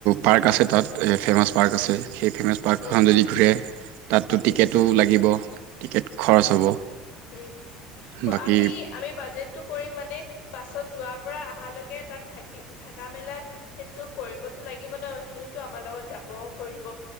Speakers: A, on the right; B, on the left.
A: পাৰ্ক আছে তাত, ফেমাছ পাৰ্ক
B: উম
A: আছে, সেই ফেমাছ পাৰ্কখন
B: উম উম
A: যদি ঘূৰে তাততো টিকেটো
B: উম
A: লাগিব, টিকেট খৰচ
B: উম
A: হ'ব।
B: উম,
A: বাকী
B: আমি আমি বাজেটটো কৰিম মানে, বাছত যোৱাৰ পৰা আহালৈকে তাত থাকি থাকা-মেলা সেইটো কৰিবতো লাগিব ন', সিহঁতও আমাৰ লগত যাব কৰিব